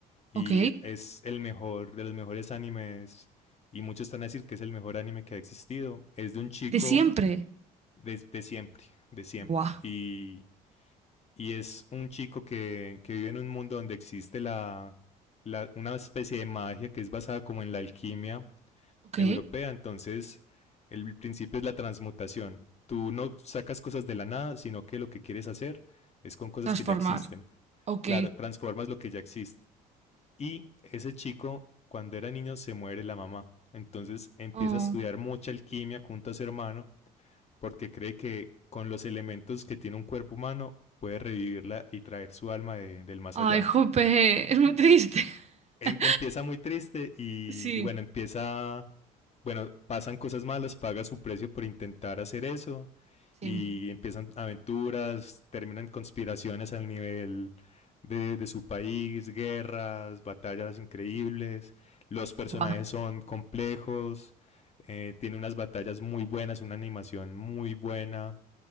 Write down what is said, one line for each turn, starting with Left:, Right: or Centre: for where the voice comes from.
Left: y
Right: Ok.
Left: es el mejor de los mejores animes y muchos están a decir que es el mejor anime que ha existido. Es de un chico
Right: De siempre.
Left: de, de siempre, de siempre.
Right: Buah.
Left: Y, y es un chico que, que, vive en un mundo donde existe la, la, una especie de magia que es basada como en la alquimia
Right: Ok.
Left: europea. Entonces, el principio es la transmutación. Tú no sacas cosas de la nada, sino que lo que quieres hacer es con cosas
Right: Transformar.
Left: que ya existen.
Right: Ok.
Left: Claro, transformas lo que ya existe. Y ese chico, cuando era niño, se muere la mamá. Entonces empieza
Right: Oh.
Left: a estudiar mucha alquimia junto a su hermano porque cree que con los elementos que tiene un cuerpo humano puede revivirla y traer su alma de- del más
Right: Ay,
Left: allá.
Right: jope. <laughs> Es muy triste.
Left: Em-
Right: <laughs>
Left: empieza muy triste y,
Right: Sí.
Left: y bueno, empieza bueno, pasan cosas malas, paga su precio por intentar hacer eso
Right: Sí.
Left: y empiezan aventuras, terminan conspiraciones al nivel de, de, su país, guerras, batallas increíbles. Los personajes
Right: Buah.
Left: son complejos, eh, tiene unas batallas muy buenas, una animación muy buena.